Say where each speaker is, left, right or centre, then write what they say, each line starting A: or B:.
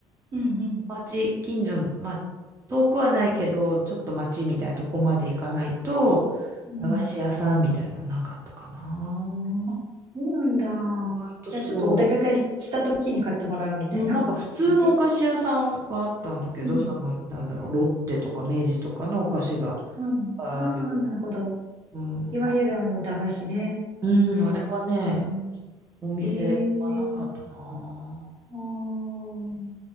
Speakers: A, on the right (about 60°); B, on the right (about 30°).
A: うん、うん。
B: 町、近所の、まあ、遠くはないけど、ちょっと町みたいなとこまで行かないと、
A: うん
B: 駄菓子屋さんみたいなのなかったかな。
A: あ、そうなんだ。
B: 意外とそう。
A: じゃあちょっとお出かけした時に買ってもらうみたいな感じ
B: うん、なんか普通のお菓子屋さんはあったんだけど、
A: うん。
B: その、なんだろう、ロッテとか明治とかのお菓子がいっ
A: うん。
B: ぱいある。
A: ああ、なるほど。
B: うん、
A: いわゆるあの、駄菓子ね。
B: うん、
A: ああいう、
B: あれはね、
A: うん、
B: お店はなかったなぁ。
A: ええーああー、